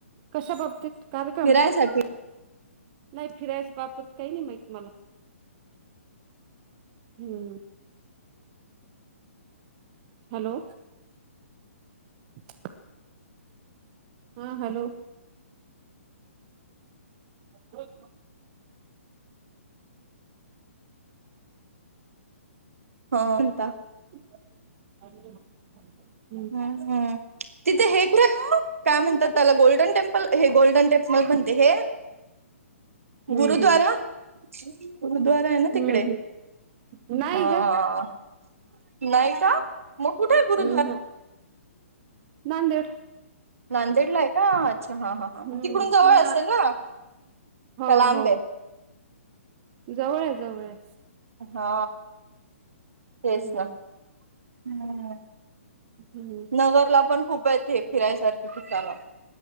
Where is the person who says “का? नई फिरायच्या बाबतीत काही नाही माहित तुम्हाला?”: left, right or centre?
Right